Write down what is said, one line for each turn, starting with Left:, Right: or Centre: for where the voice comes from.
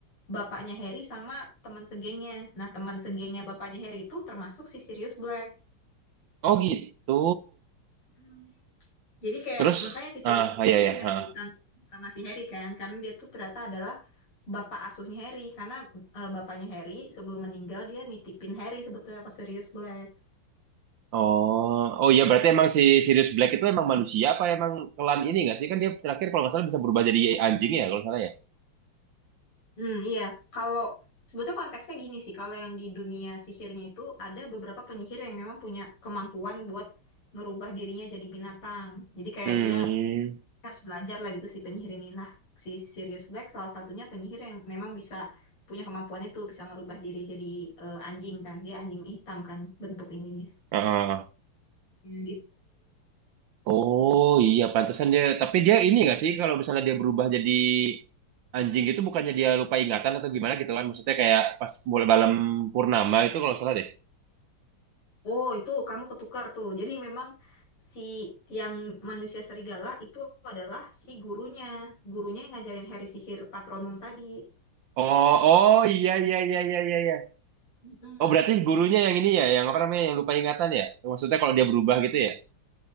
Left: bapaknya Harry sama teman segengnya. Nah, teman segengnya bapaknya Harry itu termasuk si Sirius Black.
Right: Oh gitu.
Left: Hmm. Jadi kayak
Right: Terus,
Left: makanya si Sirius
Right: ah
Left: Black
Right: ah,
Left: itu
Right: ya ya.
Left: punya kaitan
Right: ah.
Left: sama si Harry kan, karena dia tuh ternyata adalah bapak asuhnya Harry. Karena eh, bapaknya Harry sebelum meninggal dia nitipin Harry sebetulnya ke Sirius Black.
Right: Oh, oh iya berarti emang si Sirius Black itu emang manusia apa emang kelan ini nggak sih? Kan dia terakhir kalau nggak salah bisa berubah jadi anjing ya kalau nggak salah ya.
Left: Hmm, iya. Kalau sebetulnya konteksnya gini sih, kalau yang di dunia sihirnya itu ada beberapa penyihir yang memang punya kemampuan buat ngerubah dirinya jadi binatang. Jadi kayak
Right: Hmm.
Left: dia harus belajar lah gitu si penyihir ini. Nah, si Sirius Black salah satunya penyihir yang memang bisa punya kemampuan itu, bisa ngerubah diri jadi eh, anjing kan. Dia anjing hitam kan bentuk ininya.
Right: Ah.
Left: Ya, gitu.
Right: Oh iya pantesan dia. Tapi dia ini nggak sih kalau misalnya dia berubah jadi anjing itu bukannya dia lupa ingatan atau gimana gitu kan? Maksudnya kayak pas mulai malam purnama itu kalau nggak salah deh.
Left: Oh, itu kamu ketukar tuh. Jadi memang si yang manusia serigala itu adalah si gurunya. Gurunya yang ngajarin Harry sihir patronum tadi.
Right: Oh, oh iya iya iya iya iya. iya.
Left: Mm-mm.
Right: Oh berarti gurunya yang ini ya, yang apa namanya yang lupa ingatan ya? Maksudnya kalau dia berubah gitu ya?